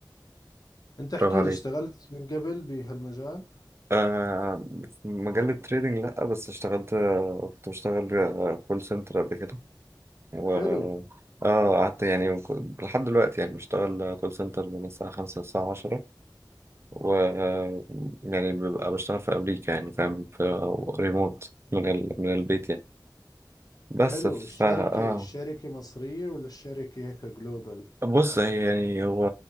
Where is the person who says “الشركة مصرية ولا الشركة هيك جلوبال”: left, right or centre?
Left